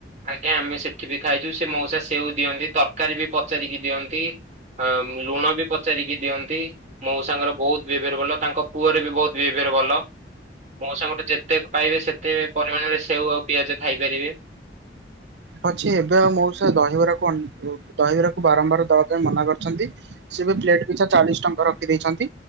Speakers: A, on the right; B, on the right.
A: ଆଜ୍ଞା! ଆମେ ସେଠି ବି ଖାଇଚୁ ସେ ମଉସା ସେଉ ଦିଅନ୍ତି ତରକାରୀ ବି ପଚାରିକି ଦିଅନ୍ତି। ଅ ଲୁଣ ବି ପଚାରିକି ଦିଅନ୍ତି, ମଉସାଙ୍କର ବହୁତ ବିହେଭିୟର ଭଲ ତାଙ୍କ ପୁଅର ବି ବହୁତ ବିହେଭିୟର ଭଲ। ମଉସାଙ୍କଠୁ ଯେତେ ପାଇବେ ସେତେ ପରିମାଣରେ ସେଉ ଆଉ ପିଆଜ ଖାଇପାରିବେ।
B: ପଛେ ଏବେ ଆଉ ମଉସା ଦହିବରାକୁ ଅନ ଦହିବରାକୁ ବାରମ୍ବାର ଦବା ପାଇଁ ମନା କରି ଛନ୍ତି ସେ ଏବେ ପ୍ଲେଟ ପିଛା ଚାଳିଶ ଟଙ୍କା ରଖିଦେଇଛନ୍ତି।